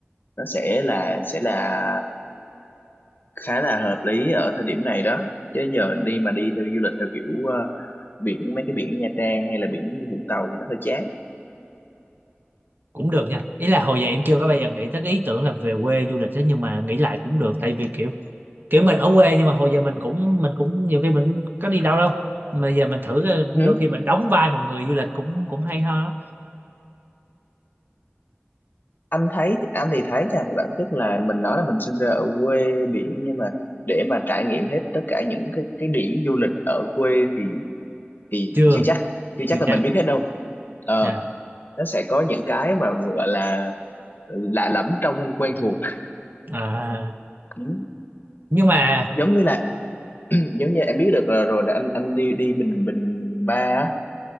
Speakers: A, on the left; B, on the right.
A: nó sẽ là sẽ là khá là hợp lý ở thời điểm này đó chứ giờ đi mà đi theo du lịch theo kiểu ờ, biển mấy cái biển Nha Trang hay là biển Vũng Tàu thì nó hơi chán
B: cũng được nha ý là hồi giờ em chưa có bao giờ nghĩ tới cái ý tưởng là về quê du lịch thế nhưng mà nghĩ lại cũng được tại vì kiểu kiểu mình ở quê nhưng mà hồi giờ mình cũng mình cũng nhiều khi mình cũng có đi đâu đâu mà giờ mình thử ờ,
A: Ừ. hứ.
B: đôi khi mình đóng vai một người du lịch cũng cũng hay ho
A: anh thấy thì anh thì thấy nha thì bản chất là mình nói là mình sinh ra ở quê biển nhưng mà để mà trải nghiệm hết tất cả những cái cái điểm du lịch ở quê thì thì
B: chưa
A: chưa chắc chưa
B: chưa
A: chắc là
B: chắc
A: mình biết hết đâu ờ
B: Dạ.
A: nó sẽ có những cái mà gọi là lạ lẫm trong quen thuộc
B: à,
A: Ừ.
B: nhưng mà
A: giống như là <clears throat> giống như em biết được là rồi là anh anh đi đi Bình Bình Bình Ba á